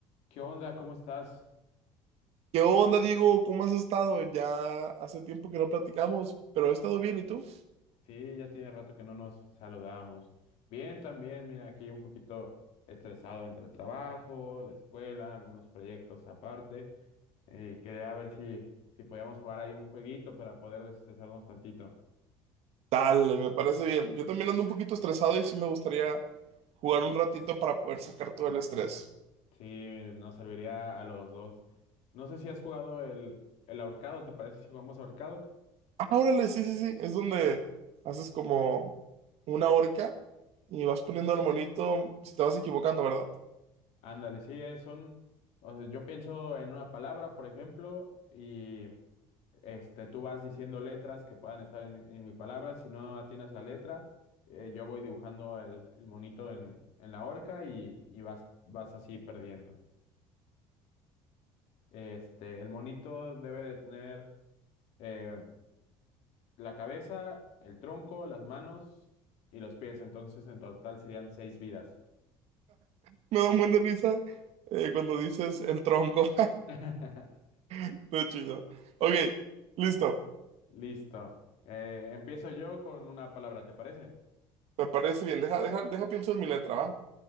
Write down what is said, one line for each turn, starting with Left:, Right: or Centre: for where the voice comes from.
Left: ¿Qué onda? ¿Cómo estás?
Right: ¿Qué onda, Diego? ¿Cómo has estado? Ya hace tiempo que no platicamos, pero he estado bien, ¿y tú?
Left: Sí, ya tiene rato que no nos saludamos. Bien, también, mira, aquí un poquito estresado entre el trabajo, la escuela, algunos proyectos aparte. Y quería ver si, si podíamos jugar ahí un jueguito para poder desestresarnos tantito.
Right: Dale, me parece bien. Yo también ando un poquito estresado y sí me gustaría jugar un ratito para poder sacar todo el estrés.
Left: Sí, nos serviría a los dos. No sé si has jugado el, el ahorcado, ¿te parece si jugamos ahorcado?
Right: Ah, órale, sí, sí, sí. Es donde haces como una horca y vas poniendo al monito si te vas equivocando, ¿verdad?
Left: Ándale, sí, eh, son, o sea, yo pienso en una palabra, por ejemplo, y este, tú vas diciendo letras que puedan estar en, mi en mi palabra. Si no tienes la letra, eh, yo voy dibujando el, el monito en, en la horca y, y vas, vas así perdiendo. Este, el monito debe de tener eh, la cabeza, el tronco, las manos y los pies. Entonces, en total serían seis vidas.
Right: <laughs> Me da un buen de risa eh, cuando dices el tronco.
Left: <laughs>
Right: <laughs> Todo chido. Ok, listo.
Left: Listo. Eh, empiezo yo con una palabra, ¿te parece?
Right: Me parece bien. Deja, deja, deja, pienso en mi letra, ¿va?